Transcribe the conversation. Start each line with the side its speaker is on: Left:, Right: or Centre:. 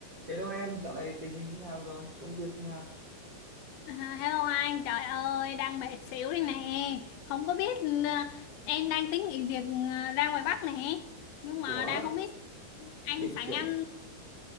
Right: Hello em, dạo này tình hình như nào rồi? Công việc như nào?
Left: À, hello anh, trời ơi, đang mệt xỉu đây nè. Không có biết ừ, em đang tính nghỉ việc ừ, ra ngoài Bắc nè. Nhưng mà
Right: Ủa,
Left: đang không biết anh
Right: định
Left: sẵn
Right: chuyển
Left: anh